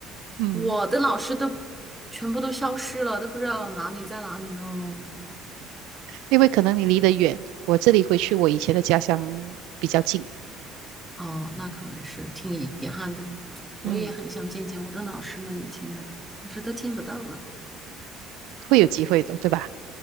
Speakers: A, on the right; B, in the centre.
A: 嗯。
B: 我的老师都全部都消失了，都不知道哪里在哪里喽。
A: 因为可能你离得远，我这里回去我以前的家乡比较近，
B: 哦，那可能是挺遗憾的。我也很想见见我的老师们以前的，
A: 嗯，
B: 但是都见不到了。
A: 会有机会的，对吧？